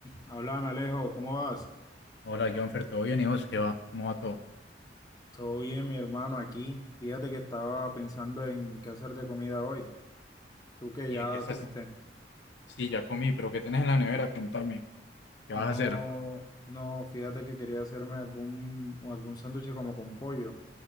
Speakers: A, on the left; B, on the left.
A: Háblame, Alejo, ¿cómo vas?
B: Hola, Jonfer, ¿todo bien? ¿Y vos qué va? ¿Cómo va todo?
A: Todo bien, mi hermano, aquí. Fíjate que estaba pensando en qué hacer de comida hoy. Tú que
B: ¿Y
A: ya
B: en qué estás?
A: comiste.
B: Sí, ya comí, pero ¿qué tenés en la nevera? Contame. ¿Qué vas
A: No,
B: a hacer?
A: no, fíjate que quería hacerme algún, algún sándwich como con pollo,